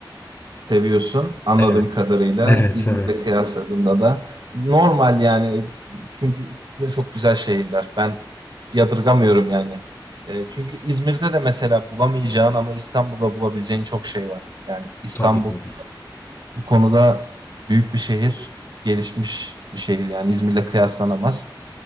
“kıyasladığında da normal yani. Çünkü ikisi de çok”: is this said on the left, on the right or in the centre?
Right